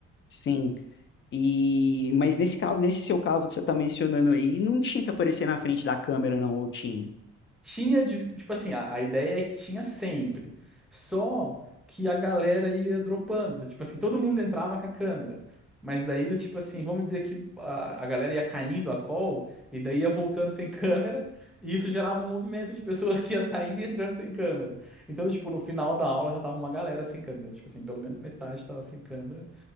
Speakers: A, on the left; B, in the centre.
A: Sim. E, mas nesse caso, nesse seu caso que você está mencionando aí, não tinha que aparecer na frente da câmera, não, ou tinha?
B: Tinha, de- tipo assim, a, a ideia é que tinha sempre. Só que a galera ia dropando. do Tipo assim, todo mundo entrava com a câmera. Mas daí, do tipo assim, vamos dizer que a, a galera ia caindo a call e daí ia voltando sem <laughs> câmera. E isso gerava um movimento de pessoas que ia saindo e entrando sem câmera. Então, tipo, no final da aula já tava uma galera sem câmera. Tipo assim, pelo menos metade tava sem câmera.